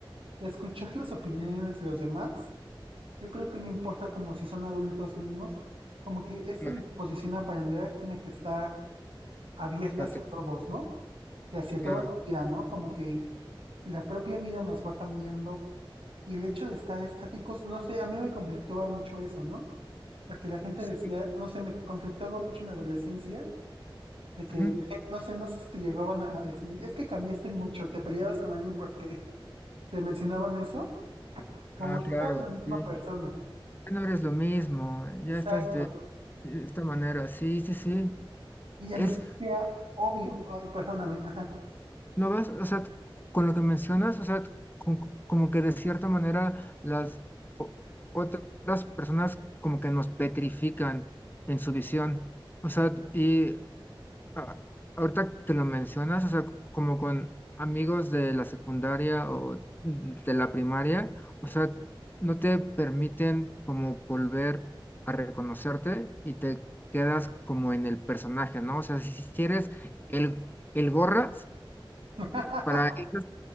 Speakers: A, on the right; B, on the left.
A: escuchar las opiniones de los demás. Yo creo que no importa como si son adultos, niños, como que esta
B: claro,
A: disposición a aprender tiene que estar abierta
B: pate-
A: hacia todos, ¿no? Y hacia
B: claro.
A: toda la vida, ¿no? Como que la propia vida nos va cambiando y el hecho de estar estáticos, no sé, a mí me conflictaba mucho eso, ¿no? Porque la gente
B: Sí.
A: decía, no sé, me conflictaba mucho en la adolescencia de que,
B: ujú.
A: la gente- no sé, no sé si te llegaban a decir, es que cambiaste mucho, te peleabas con alguien porque <laughs> te mencionaban eso, como
B: ah,
A: ya
B: claro,
A: no eres la misma
B: sí.
A: persona.
B: Ya No eres lo mismo, ya
A: Exacto.
B: estás de de esta manera. Sí, sí, sí.
A: Y a
B: Es,
A: mí se me hacía obvio, ay, perdóname, ajá.
B: lo vas o sea, con lo que mencionas, o sea, con- como que de cierta manera las o- otras personas como que nos petrifican en su visión. O sea, y a- ahorita que lo mencionas, o sea, como con amigos de la secundaria o de la primaria, o sea, no te permiten como volver a reconocerte y te quedas como en el personaje, ¿no? O sea, si si eres el el gorra
A: <laughs>
B: Para esas